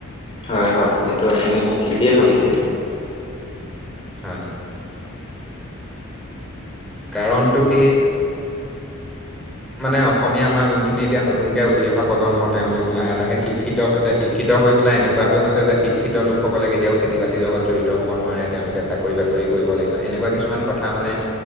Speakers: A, on the left; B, in the centre.
A: হয়, হয়, সেইটো আপুনি ঠিকেই ভাবিছে।
B: হয়। কাৰণটো কি? মানে অসমীয়া আমাৰ যোনখিনি এতিয়া নতুনকৈ উঠি অহা প্ৰজন্ম, তেওঁলোক লাহে, লাহে শিক্ষিত হৈছে, শি ক্ষিত হৈ পেলাই এনেকুৱা হৈ গৈছে যে, শিক্ষিত লোকসকলে কেতিয়াও খেতি-বাতি ৰ লগত জড়িত হ'ব নোৱাৰে। তেওঁলোকে চাকৰি-বাকৰিয়ে কৰিব লাগিব। এনেকুৱা কিছুমান কথা মানে